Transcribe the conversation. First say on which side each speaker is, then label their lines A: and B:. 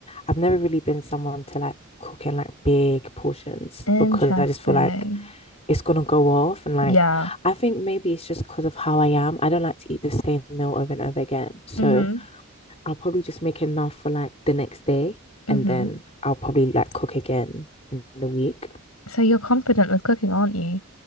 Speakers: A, on the left; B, on the left.
A: I've never really been someone to like cook in like big portions
B: Interesting.
A: because I just feel like it's gonna go off. And like,
B: Yeah.
A: I think maybe it's just because of how I am. I don't like to eat the same meal over and over again. So
B: Mm-hmm.
A: I'll probably just make enough for like the next day,
B: Mm-hmm.
A: and then I'll probably like cook again in the week.
B: So you're confident with cooking, aren't you?